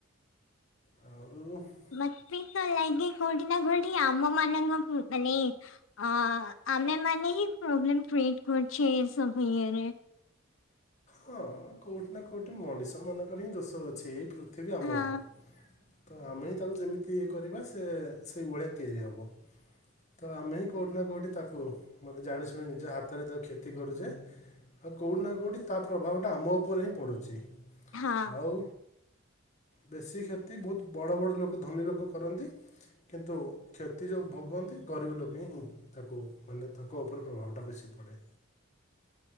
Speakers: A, on the left (about 35°); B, on the left (about 70°).
A: ଆ ଉ <unintelligible>
B: ମତେ ତ ଲାଗେ କୋଉଠି ନା କୋଉଠି ଆମ ମାନଙ୍କ ମାନେ ଅ ଆମେ ମାନେ ହିଁ ପ୍ରୋବ୍ଲେମ କ୍ରିଏଟ କରୁଛେ ଏ ସବୁ ଇଏରେ।
A: ହଁ କୋଉଠି ନା କୋଉଠି ମଣିଷ ମାନଙ୍କର ହିଁ ଦୋଷ ଅଛି ଏଇ ପୃ ପୃଥିବି ଆମର,
B: ହଁ
A: ତ ଆମେ ହିଁ ତାକୁ ଯେମିତି ଇଏ କରିବା ସେ ସେଇ ଭଳିଆ ତିଆରି ହେବ। ତ ଆମେ ହିଁ କୋଉଠି ନା କୋଉଠି ତାକୁ ମାନେ ଜାଣିଶୁଣି ନିଜ ହାତରେ ତାକୁ କ୍ଷତି କରୁଛେ। ଆଉ କୋଉଠି ନା କୋଉଠି ତା ପ୍ରଭାବଟା ଆମ ଉପରେ ହିଁ ପଡ଼ୁଛି,
B: ହଁ
A: ଆଉ ବେଶୀ କ୍ଷତି ବହୁତ ବଡ଼ ବଡ଼ ଲୋକୋ ଧନୀ ଲୋକୋ କରନ୍ତି। କିନ୍ତୁ କ୍ଷତି ଯୋଉ ଭୋଗନ୍ତି, ଗରିବ ଲୋକ ହିଁ ତାକୁ ମାନେ ତା କୋ ଉପରେ ପ୍ରଭାବଟା ବେଶୀ ପଡ଼େ।